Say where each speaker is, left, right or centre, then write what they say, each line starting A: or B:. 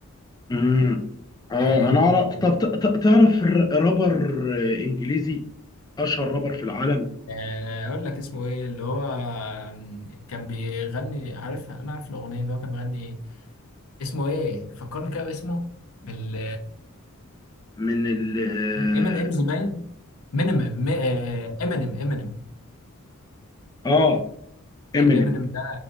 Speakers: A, on the left; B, on the left.
A: امم آه
B: اغانيهم
A: أنا أعرف
B: برضو
A: طب ت- ت- تعرف ر- رابر آه، إنجليزي أشهر رابر في العالم
B: آه، اقول لك اسمه ايه اللي هو آم، كان بيغني عارف انا عارف الاغنيه اللي هو كان بيغني اسمه ايه فكرني كده باسمه ال
A: من ال آه
B: ام ان امز باين مينيمم امينيم امينيم
A: آه، آه، إمينيم
B: امينيم ده